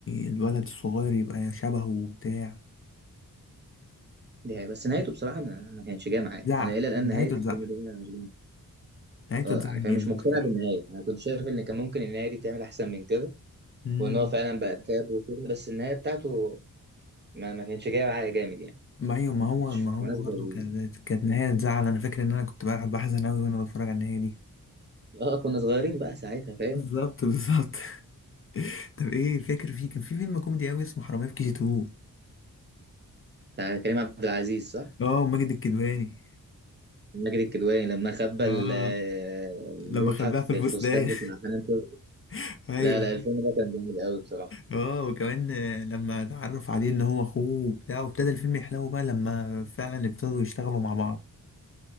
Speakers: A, on the left (about 40°); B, on the right (about 30°).
A: الولد الصغير يبقى شبهه وبتاع
B: دي حقيقة بس نهايته بصراحة ما ما كانتش جاية معايا
A: زعل
B: انا الى الان
A: نهايته
B: نهاية
A: اتزعل
B: الفيلم ده أنا مش
A: نهايته
B: اه
A: اتزعل
B: يعني فاهم
A: جامد
B: مش مقتنع
A: بصراحه
B: بالنهاية انا كنت شايف ان كان ممكن النهاية دي تعمل احسن من كده
A: امم
B: وان هو فعلا بقى تاب وكده بس النهاية بتاعته ما ما كانتش جاية معايا جامد يعني
A: ما ايوه ما هو
B: مش
A: ما هو
B: مناسبة
A: برضه
B: لل
A: كانت كانت نهايه تزعل انا فاكر ان انا كنت بقى بحزن قوي وانا بتفرج على النهايه دي
B: اه كنا صغيرين بقى ساعتها فاهم
A: بالظبط بالظبط <laughs> طب ايه فاكر في كان في فيلم كوميدي قوي اسمه حرامية في كي جي 2
B: بتاع كريم عبد العزيز صح
A: اه ماجد الكدواني
B: ماجد الكدواني لما خبى
A: اه
B: ال- اللوحة
A: لما خباها في
B: في
A: الفستان
B: الفستان بتاع حنان ترك
A: <laughs> ايوه
B: لا لا الفيلم ده كان جامد قوي بصراحة
A: اه وكمان آه، لما اتعرف عليه ان هو اخوه وبتاع وابتدى الفيلم يحلو بقى لما فعلا ابتدوا يشتغلوا مع بعض